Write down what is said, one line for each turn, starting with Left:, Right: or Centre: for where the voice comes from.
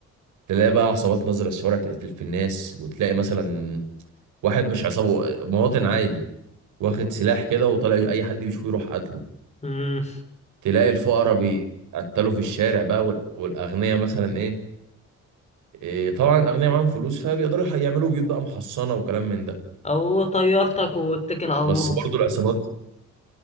Right: تلاقي بقى عصابات نازلة الشوارع تقتل في الناس وتلاقي مثلا واحد مش عصابة مواطن عادي واخد سلاح كده وطالع أي حد بيشوفه يروح قتله
Left: امم
Right: تلاقي الفقراء بي- بيتقتلوا في الشارع بقى وال- والأغنياء مثلا إيه إيه، طبعا الأغنياء معاهم فلوس فبيقدروا يح- يعملوا بيوت بقى محصنة وكلام من ده
Left: او طيارتك واتكل على
Right: بس
Left: الله
Right: برضو العصابات